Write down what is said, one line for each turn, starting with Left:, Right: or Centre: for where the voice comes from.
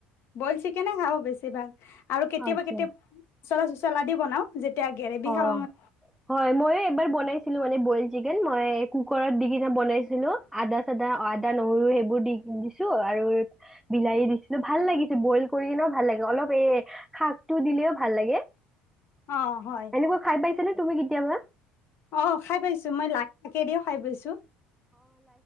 Left: বইল চিকেনে খাওঁ বেছি ভাগ আৰু কেতিয়াবা
Centre: আচ্ছা
Left: কেতিয়াবা পচলা চচলা দি বনাও যেতিয়া গ্ৰেভি
Centre: অ
Left: খাব মন
Centre: হয় মই এই এবাৰ বনাইছো ছিলো মানে বয়েল চিকেন মই কুকাৰত দি কিনে বনাইছিলো আদা চাদা আদা নহৰু সেইবোৰ দি দিছো আৰু বিলাহী দিছিলো ভাল লাগিছিলে বইল কৰি কিনেও ভাল লাগে অলপ এই শাকটো দিলেও ভাল লাগে।
Left: অ হয়
Centre: এনেকুৱা খাই পাইছা নে তুমি কেতিয়াবা
Left: অ খাই পাইছোঁ মই লাই শাকে দিওঁ খাই পাইছোঁ